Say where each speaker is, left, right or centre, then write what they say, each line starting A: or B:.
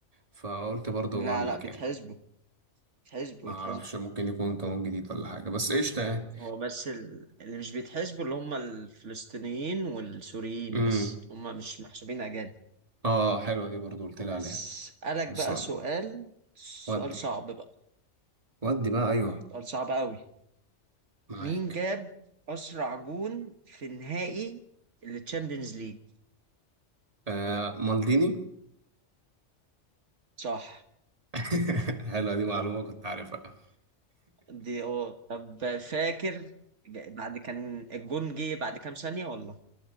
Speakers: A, on the right (about 30°); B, on the right (about 75°).
A: فقلت برضه
B: لا
A: اقول
B: لا
A: لك
B: بتحسبه
A: يعني
B: بتحسبه
A: ما اعرفش
B: بتحسبه
A: ممكن يكون قانون جديد ولا حاجه بس قشطه يعني
B: هو بس ال- اللي مش بيتحسبوا اللي هم الفلسطينيين والسوريين
A: امم
B: بس هم مش محسوبين أجانب
A: اه حلوه دي برضه قلت لي
B: هسألك
A: عليها خلصانه
B: بقى سؤال سؤال
A: ودي
B: صعب بقى
A: ودي بقى ايوه
B: سؤال صعب قوي
A: معاك
B: مين جاب أسرع جون في نهائي التشامبيونز ليج
A: آه مالديني
B: صح
A: <laughs> حلوه دي معلومه
B: طب
A: كنت عارفها <laughs>
B: دي اه طب فاكر ج- بعد كان الجون جه بعد كام ثانية ولا